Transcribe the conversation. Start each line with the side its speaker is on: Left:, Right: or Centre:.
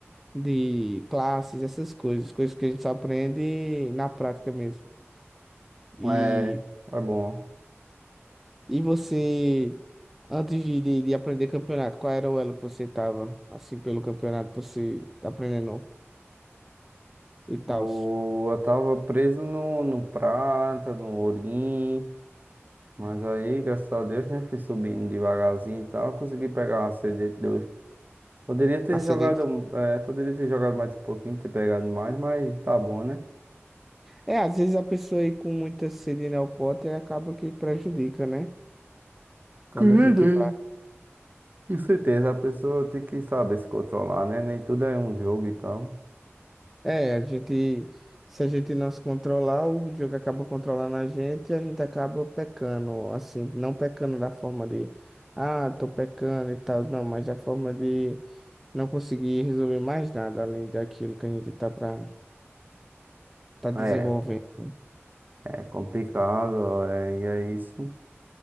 Centre: de classes, essas coisas, coisas que a gente só aprende na prática mesmo. E,
Right: É, é bom.
Centre: e você, antes de, de, de aprender campeonato, qual era o elo que você tava, assim, pelo campeonato, você tá aprendendo e tal?
Right: O- Eu tava preso no, no prata, no ourim, mas aí, graças a Deus, né, fui subindo devagarzinho e tal, consegui pegar uma cd dois Poderia ter
Centre: A
Right: jogado,
Centre: sede.
Right: é, poderia ter jogado mais um pouquinho, ter pegado mais, mas tá bom, né?
Centre: É, às vezes a pessoa aí com muita sede no pote acaba que prejudica, né? Quando
Right: Cuidei.
Centre: a gente vai.
Right: Com certeza, a pessoa tem que saber se controlar, né? Nem tudo é um jogo e tal.
Centre: É, a gente. Se a gente não se controlar, o jogo acaba controlando a gente e a gente acaba pecando, assim, não pecando da forma de, ah, tô pecando e tal, não, mas da forma de não conseguir resolver mais nada além daquilo que a gente tá pra, tá desenvolvendo.
Right: É, é complicado, é, e é isso.